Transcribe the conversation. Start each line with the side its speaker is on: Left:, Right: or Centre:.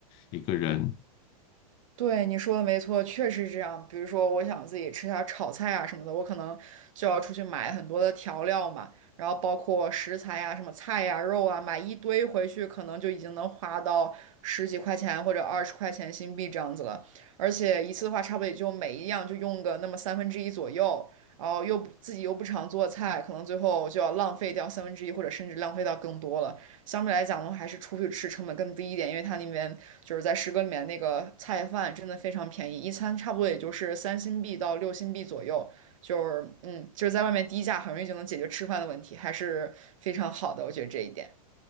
Left: 一个人。
Right: 对，你说的没错，确实是这样。比如说，我想自己吃下炒菜啊什么的，我可能就要出去买很多的调料嘛，然后包括食材呀、什么菜呀、肉啊，买一堆回去，可能就已经能花到十几块钱或者二十块钱新币这样子了。而且一次的话，差不多也就每一样就用个那么三分之一左右，然后又不自己又不常做菜，可能最后就要浪费掉三分之一，或者甚至浪费到更多了。相对来讲的话，还是出去吃成本更低一点，因为它那边就是在诗歌里面那个菜饭真的非常便宜，一餐差不多也就是三新币到六新币左右，就是嗯，就是在外面低价很容易就能解决吃饭的问题，还是非常好的，我觉得这一点。